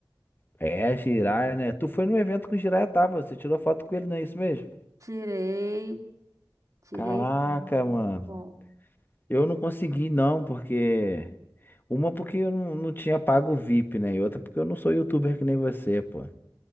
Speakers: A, on the left; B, on the right.
A: É, é Jiraiya, né? Tu foi no evento que o Jiraiya tava, você tirou foto com ele, não é isso mesmo?
B: tirei, tirei.
A: Caraca,
B: sim.
A: mano.
B: Muito bom.
A: Eu não consegui, não, porque. Uma porque eu não, não tinha pago o VIP, né? E outra porque eu não sou youtuber que nem você, pô.